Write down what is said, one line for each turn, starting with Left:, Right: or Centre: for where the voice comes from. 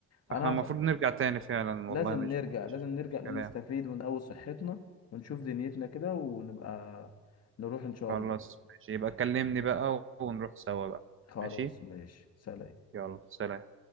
Right: فاحنا
Left: انا
Right: المفروض
Left: خ...
Right: نرجع تاني فعلا
Left: لازم
Right: والله مش
Left: نرجع لازم نرجع
Right: مش
Left: لان
Right: كلام
Left: نستفيد ونقوي صحتنا ونشوف دنيتنا كده ونبقى نروح ان شاء
Right: خلاص
Left: الله
Right: ماشي يبقى كلمني بقى ونروح سوا بقى
Left: خلاص
Right: ماشي
Left: ماشي سلام
Right: يلا سلام